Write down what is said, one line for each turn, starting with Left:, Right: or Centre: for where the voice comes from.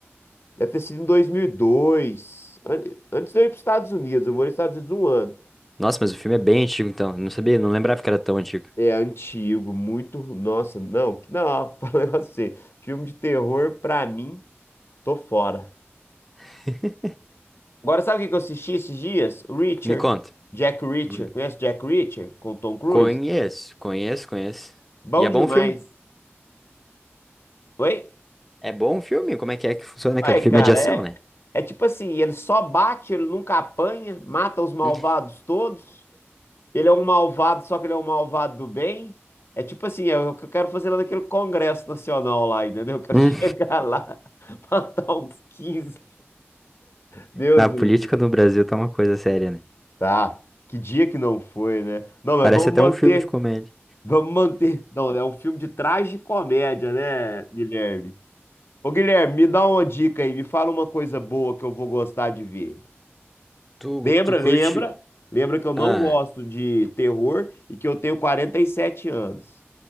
Left: Deve ter sido em 2002. an- Antes de eu ir para os Estados Unidos, eu morei nos Estados Unidos um ano.
Centre: Nossa, mas o filme é bem antigo então. Não sabia, não lembrava que era tão antigo.
Left: É antigo, muito. Nossa, não, que- não, <laughs> fala um negócio pra você. Filme de terror, pra mim, tô fora.
Centre: <laughs>
Left: Agora, sabe o que que eu assisti esses dias? Reacher.
Centre: Me conta.
Left: Jack Reacher.
Centre: Bu-
Left: Conhece Jack Reacher com Tom Cruise?
Centre: Conheço, conheço, conheço.
Left: Bom
Centre: E é
Left: demais.
Centre: bom o filme?
Left: Oi?
Centre: É bom o filme? Como é que é que funciona aquele
Left: Ué,
Centre: filme?
Left: cara,
Centre: É de ação,
Left: é,
Centre: né?
Left: é tipo assim: ele só bate, ele nunca apanha, mata os malvados
Centre: Hum.
Left: todos. Ele é um malvado, só que ele é um malvado do bem. É tipo assim: é o que eu quero fazer lá naquele Congresso Nacional lá, entendeu? Eu quero
Centre: Hum,
Left: <laughs> chegar lá. Matar uns 15 Deus
Centre: Na
Left: do
Centre: política
Left: livro.
Centre: no Brasil tá uma coisa séria, né?
Left: Tá. Que dia que não foi, né? Não, mas
Centre: Parece
Left: vamos
Centre: até
Left: manter.
Centre: um filme de comédia.
Left: Vamos manter. Não, é um filme de tragicomédia, né, Guilherme? Ô, Guilherme, me dá uma dica aí. Me fala uma coisa boa que eu vou gostar de ver.
Centre: Tu,
Left: Lembra,
Centre: tu curte.
Left: lembra? Lembra que eu não
Centre: Ah,
Left: gosto de terror e que eu tenho 47 anos.